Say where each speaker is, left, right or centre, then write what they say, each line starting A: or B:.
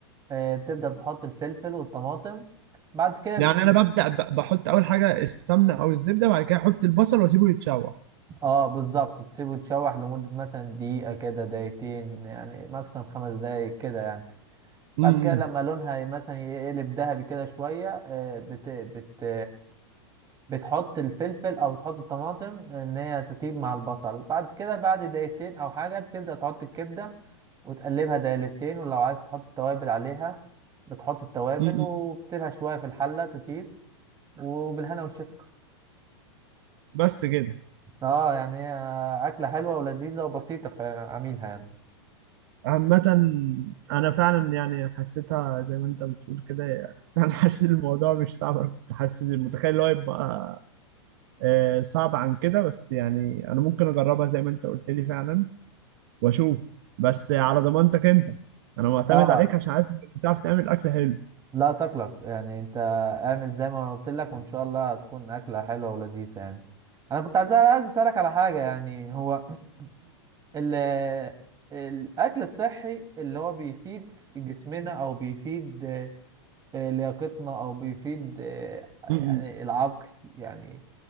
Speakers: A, on the right; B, on the right.
A: آه، بتبدا بتحط الفلفل والطماطم بعد كده
B: يعني
A: بت...
B: انا ببدا ب- بحط اول حاجه السمنه او الزبده بعد كده احط البصل واسيبه يتشوح
A: اه بالظبط وتسيبه يتشوح لمده مثلا دقيقه كده دقيقتين يعني ماكسيمم خمس دقايق كده يعني
B: امم
A: بعد كده لما لونها مثلا يقلب ذهبي كده شوية آه، بت بت بتحط الفلفل أو تحط الطماطم إن هي تطيب مع البصل بعد كده بعد دقيقتين أو حاجة بتبدأ تحط الكبدة وتقلبها دقيقتين ولو عايز تحط التوابل عليها بتحط التوابل
B: امم
A: وبتسيبها شوية في الحلة تطيب وبالهنا والشفا
B: بس كده
A: اه يعني هي أكلة حلوة ولذيذة وبسيطة في عميلها يعني
B: عامة أنا فعلا يعني حسيتها زي ما أنت بتقول كده يعني فعلا <laughs> حسيت الموضوع مش صعب أنا كنت حاسس متخيل اللي هو يبقى آه، صعب عن كده بس يعني أنا ممكن أجربها زي ما أنت قلت لي فعلا وأشوف بس على ضمانتك أنت أنا معتمد
A: اه
B: عليك عشان عارف إنك بتعرف تعمل أكل حلو
A: لا تقلق يعني انت اعمل زي ما انا قلت لك وان شاء الله هتكون اكله حلوه ولذيذه يعني انا كنت عايز عايز اسالك على حاجه يعني هو <clears throat> ال الاكل الصحي اللي هو بيفيد جسمنا او بيفيد آه، آه، لياقتنا او بيفيد آه، يعني
B: امم
A: العقل يعني